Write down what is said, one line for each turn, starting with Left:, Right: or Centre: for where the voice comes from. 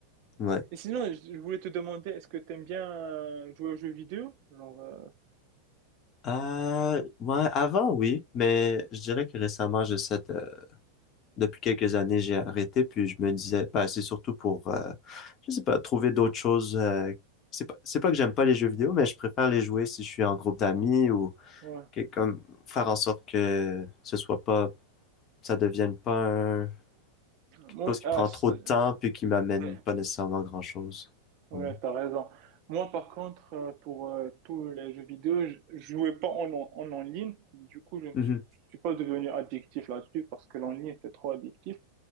Left: Ouais.
Right: Et sinon, je je voulais te demander, est-ce que t'aimes bien euh, jouer aux jeux vidéo? Genre, euh,
Left: Euh, ouais, avant, oui, mais je dirais que récemment, j'essaie de, Depuis quelques années, j'ai arrêté, puis je me disais, bah, c'est surtout pour, euh, je sais pas, trouver d'autres choses. euh, c'est pas, c'est pas que j'aime pas les jeux vidéo, mais je préfère les jouer si je suis en groupe d'amis ou
Right: ouais.
Left: que- comme faire en sorte que ce soit pas, ça devienne pas un- quelque
Right: Moi,
Left: chose qui
Right: ah,
Left: prend
Right: c'est-
Left: trop de temps puis qui m'amène
Right: ouais,
Left: pas nécessairement grand-chose.
Right: ouais,
Left: Ouais.
Right: t'as raison. Moi, par contre, euh, pour euh, tous les jeux vidéo, je je jouais pas en, en, en ligne. Du coup, je ne
Left: Mhm.
Right: suis, je suis pas devenu addictif là-dessus parce que l'en ligne, c'est trop addictif.